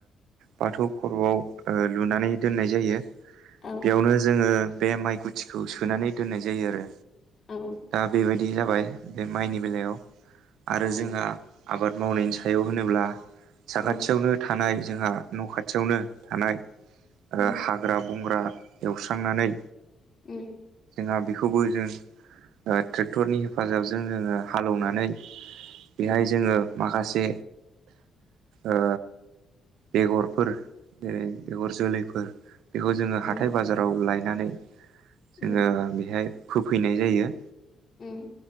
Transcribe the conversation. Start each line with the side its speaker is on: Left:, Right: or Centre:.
Right: बाथौ खरआव ओ लुनानै दोननाय जायो
Left: औ
Right: बेयावनो जोङो बे माइ गुथिखौ सोनानै दोननाय जायो आरो
Left: औ
Right: दा बेबायदि जाबाय बे माइनि बेलायाव आरो
Left: औ
Right: जोंहा आबाद मावनायनि सायाव होनोब्ला साखाथियावनो
Left: उम
Right: थानाय जोंहा न खाथ थियावनो थानाय
Left: उम
Right: हाग्रा बंग्रा एवस्रांनानै
Left: उम
Right: जोंहा बेखौबो जों ओ ट्रेक्टरनि हेफाजाबजों जोंङो हालौनानै बेहाय
Left: उम
Right: जोंङो माखासे ओ बेगरफोर जेरै बेगर जोलैफोर बेखौ जोंङो
Left: उम
Right: हाथाय बाजाराव लायनानै जोंङो
Left: उम
Right: बेहाय फोफैनाय जायो
Left: उम